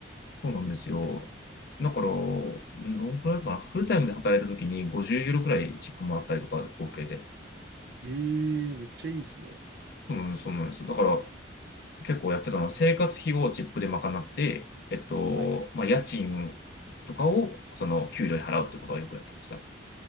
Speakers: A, on the left; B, on the right.
A: そうなんですよ。
B: 確かに。
A: だから、どんくらいかな、フルタイムで働いたときに50ユーロくらいチップもらったりとか、合計で。
B: ええめっちゃいいですね。
A: そうなんです、そうなんです。だから、結構やってたのは、生活費をチップで賄って、えっと、
B: はい。
A: まあ、家賃とかを、その、給料で払うってことはよくやってましたね。